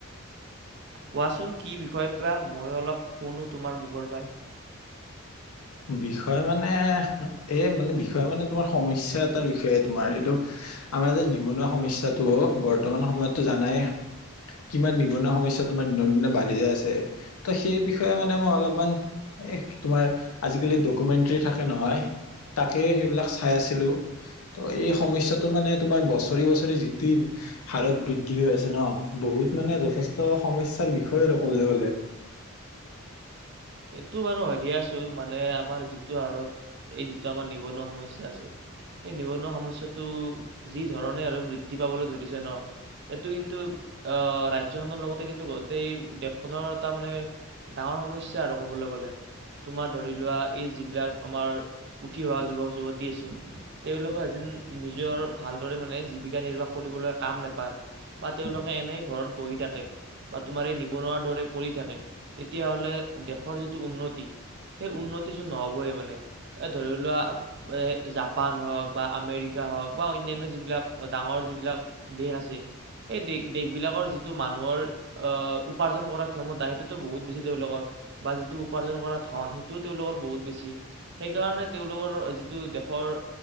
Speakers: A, on the right; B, on the left.
A: কোৱাচোন কি বিষয় বা ময়ো অলপ শুনো তোমাৰ মুখৰ পৰাই।
B: বিষয় মানে, এই মানে বিষয় মানে তোমাৰ সমস্যা এটাৰ বিষয়ে তোমাৰ এইটো আমাৰ যে নিবনুৱা সমস্যাটো বৰ্তমান সময়তো জানায়ে। কিমান নিবনুৱা সমস্যা তোমাৰ দিনক দিনে বাঢ়ি যায় আছে। ত' সেই বিষয়ে মানে মই অলপমান, এই তোমাৰ আজিকালি ডকুমেণ্টেৰী থাকে নহয়, তাকেই সেইবিলাক চাই আছিলোঁ। ত' এই সমস্যাটো মানে তোমাৰ বছৰি বছৰি যিটো হাৰত বৃদ্ধি হৈ আছে ন, বহুত মানে যথেষ্ট সমস্যাৰ বিষয়ে আৰু ক'বলৈ গ'লে।
A: এইটো বাৰু হয় দিয়াচোন। মানে, আমাৰ যিটো হাৰত এই যিটো আমাৰ নিবনুৱা সমস্যা আছে সেই নিবনুৱা সমস্যাটো যি ধৰণে আৰু বৃদ্ধি পাবলৈ ধৰিছে ন'। এইটো কিন্তু আহ, ৰাজ্যখনৰ লগতে কিন্তু গোটেই দেশখনৰ এটা মানে ডাঙৰ সমস্যা আৰু ক'বলৈ গ'লে। তোমাৰ ধৰি লোৱা এই যিবিলাক আমাৰ উঠি অহা যুৱক যুৱতী আছে তেওঁলোকে <unintelligible> নিজৰ ভালদৰে মানে জীৱিকা নিৰ্বাহ কৰিবলৈ কাম নাপায়। বা তেওঁলোকে এনেই ঘৰত বহি থাকে। বা তোমাৰ এই নিবনুৱাৰ দৰে পৰি থাকে, তেতিয়াহ'লে দেশৰ যিটো উন্নতি সেই উন্নতি চোন নহবই মানে, এ ধৰি লোৱা জাপান হওক বা আমেৰিকা হওক বা অন্যান্য যিবিলাক ডাঙৰ যিবিলাক দেশ আছে, সেই দেশ-দেশবিলাকৰ যিটো মানুহৰ আহ, উপাৰ্জন কৰা ক্ষমতা সেইটোতো বহুত বেছি তেওঁলোকৰ। বা যিটো উপাৰ্জন কৰা ধন সেইটোও তেওঁলোকৰ বহুত বেছি। সেইকাৰণে তেওঁলোকৰ যিটো দেশৰ